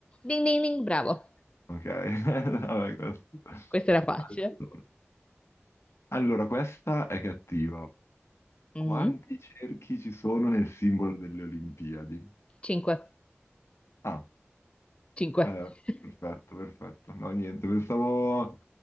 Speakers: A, on the left (about 25°); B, on the left (about 85°).
A: Ding ding ding, bravo.
B: Ok, <laughs> vabbè, questo.
A: Questa era facile.
B: Allora, allora, questa è cattiva. Quanti
A: Mm.
B: cerchi ci sono nel simbolo delle Olimpiadi?
A: Cinque.
B: A.
A: Cinque.
B: Eh,
A: <laughs>
B: perfetto, perfetto. No, niente, pensavo...